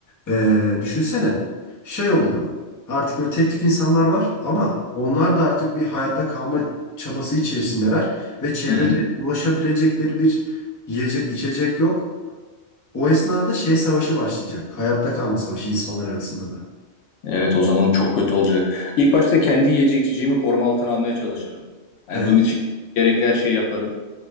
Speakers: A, on the left; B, on the left.
A: Ee, düşünsene şey oluyor artık böyle tek tük insanlar var ama onlar da artık bir hayatta kalma çabası içerisindeler ve çevrede
B: Hı hı.
A: ulaşabilecekleri bir yiyecek içecek yok. O esnada şey savaşı başlayacak hayatta kalma savaşı insanlar arasında da.
B: Evet o zaman çok kötü olacak. İlk başta kendi yiyecek içeceğimi koruma altına almaya çalışırım. Yani
A: Evet.
B: bunun için gerekli her şeyi yaparım.